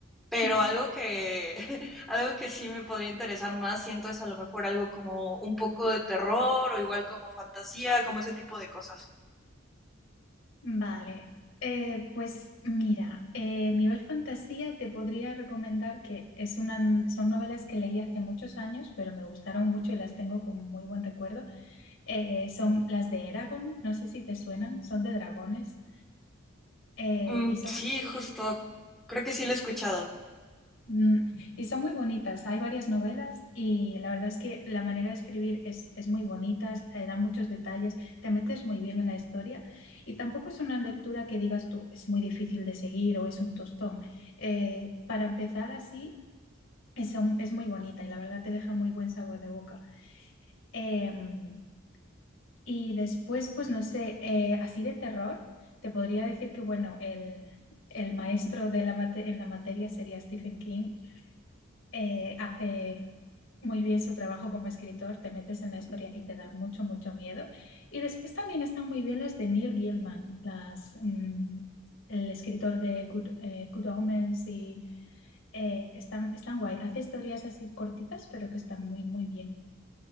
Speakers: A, in the centre; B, on the left.
A: Pero
B: <laughs>
A: algo que, <laughs> algo que sí me podría interesar más, siento, es a lo mejor algo como un poco de terror o igual como fantasía, como ese tipo de cosas.
B: Vale, eh, pues mira, eh, nivel fantasía te podría recomendar que es una, son novelas que leí hace muchos años, pero me gustaron mucho y las tengo con muy buen recuerdo. Eh, son las de Eragon, no sé si te suenan, son de dragones eh,
A: Mm,
B: y son
A: sí,
B: así,
A: justo. Creo que sí lo he escuchado.
B: mm, y son muy bonitas. Hay varias novelas y la verdad es que la manera de escribir es, es muy bonita, eh, da muchos detalles, te metes muy bien en la historia y tampoco es una lectura que digas tú, es muy difícil de seguir o es un tostón. Eh, para empezar así, es, un- es muy bonita y la verdad te deja muy buen sabor de boca. Em, Y después, pues no sé, eh, así de terror, te podría decir que, bueno, el, el maestro de la mate- en la materia sería Stephen King. Eh, hace muy bien su trabajo como escritor, te metes en la historia y te da mucho, mucho miedo. Y después también están muy bien las de Neil Gaiman, las, mm, el escritor de Good, eh, Good Omens y eh, están, están guay. Hace historias así cortitas, pero que están muy, muy bien.